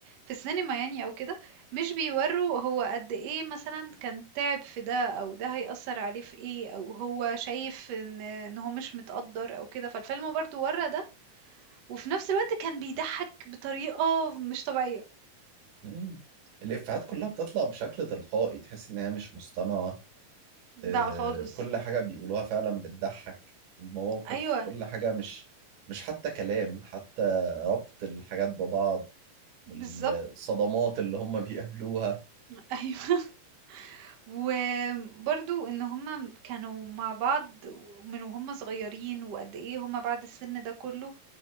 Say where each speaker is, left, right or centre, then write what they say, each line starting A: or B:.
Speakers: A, on the right; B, on the right.
A: في السينما يعني او كده مش بيوروا هو قد ايه مثلا كان تعب في ده او ده هيأثر عليه في ايه او هو شايف ان ان هو مش متقدر او كده فالفيلم برضو ورا ده وفي نفس الوقت كان بيضحك بطريقة مش طبيعية
B: مم. الإفيهات كلها بتطلع بشكل تلقائي تحس إن هي مش مصطنعة
A: لا
B: آه،
A: خالص
B: كل حاجة بيقولوها فعلا بتضحك المواقف
A: ايوه
B: كل حاجة مش مش حتى كلام حتى ربط الحاجات ببعض بالصدمات
A: بالظبط
B: اللي هم بيقابلوها
A: <laughs> ايوه وبرضو ان هما كانوا مع بعض من وهم صغيرين وقد ايه هما بعد السن ده كله